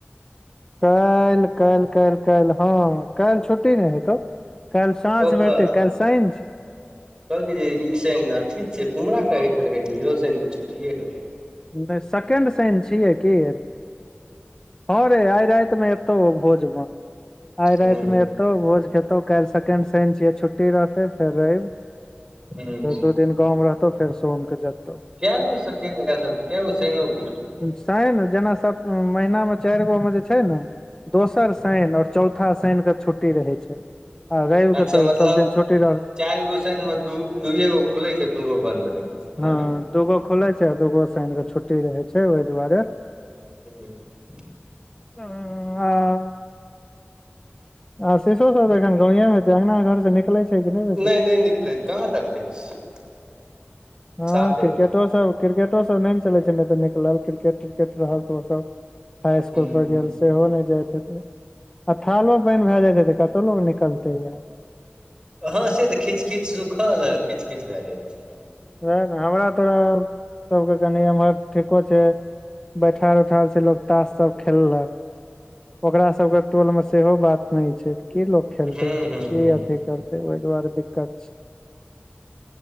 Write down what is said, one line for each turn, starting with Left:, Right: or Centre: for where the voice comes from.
Left: काल्हि काल्हि काल् काल्हि हँ काल्हि छुट्टी नहि हेतौ काल्हि साँझमे
Right: ओकर
Left: एतै काल्हि सााँंझ
Right: कहलकै जे ई शइन आ ठीक छै कुमहरा कहैत रहै इहो साइन के छुट्टिए हेतै
Left: नहि सेकें्ड सान छियै की हँ रे आइ राइत में एतौ भोज मे आइ राति
Right: हूं
Left: मे एतौ भोज खेतौ काल्हि सेकंड शन छियै छुट्टी रहते फेर रव
Right: हूं
Left: दू दिन गाँव मे रहतौ फेर सोम के जतौ
Right: कैगो सेकेंड श‌नि
Left: शनि जेना सब महिना मे चारि गो मे जे छै ने दोसर
Right: छै
Left: शनि ओर चौथ चौथा शनि कऽ छुट्टी रहै छै रैव
Right: अच्छा
Left: के तऽ
Right: मतलब
Left: सब दिन छुट्टी रहैछै
Right: चारि गो शनि मे द दुइए गो खुलै छै दूगो बंन्द रहै छै
Left: हँ
Right: ने
Left: दूगो खुले छै आ दूगो शनि कऽ छुट्टी रहै छै ओहि दुआरे
Right: <inaudible>
Left: हँ आ <unintelligible> आ शीषो सब तऽ एखन गावं मे हे अंगगना घर से निकले छै कि बेसी
Right: नहि नहि निकलै कहाँ देखै छी
Left: हँ
Right: साफे
Left: क्रिकेटोसभ
Right: नहि
Left: क्रिकेटोसभ नहि ने चलै छै नहि तऽ निकलल क्रिकेट त्रिकेट रहल तऽ ओसभ हाई स्कूल
Right: हूं
Left: पर गेल सेहो नहि जाइत हेतै आ थालो पानि भए जेतै तऽ कतऽ लोकोग निकलतै ये
Right: हँ से तऽ खिच खिच सुखल आ खिच खिच भए जाइ छै
Left: वएह न हमरा तोरा सबके कनी एम्हर ठीको छै बैठल उठल से लोग तास सब खेललक ओकरा सब के टोल मे सेहो बात नै छै की लोक खेलतै
Right: हूं
Left: की
Right: हूं हूं
Left: अथी करते ओहि दुआरे दिक्कत छै